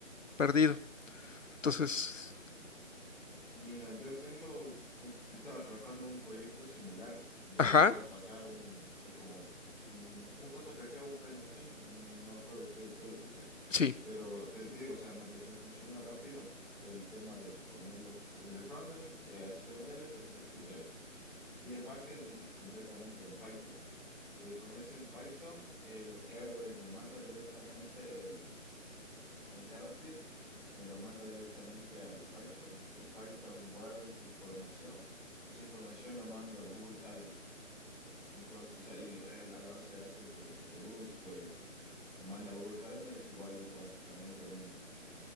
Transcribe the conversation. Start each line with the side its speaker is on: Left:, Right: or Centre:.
Left: perdido. Entonces,
Centre: Mira, yo tengo, u- estaba trabajando en un proyecto similar, de
Left: ajá,
Centre: igual pasar un, o sea, como mm, un JPG o un PNG, mm, no me acuerdo qué, qué lo puse,
Left: sí,
Centre: pero te, te digo, o sea, me, me funcionó rápido el tema de ponerlo en el frontend, eh, HTML, CSS y JavaScript. Y el backend lo hice completamente en Python. Entonces, con ese en Python, eh, lo que hago es me manda directamente el JavaScript me lo manda directamente al Python. El Python guarda esa información y esa información lo mando al Google Calendar. Entonces ahí lo- el- a la base de datos de, de Google se puede decir. Lo manda a Google Calendar y se guarda automáticamente un,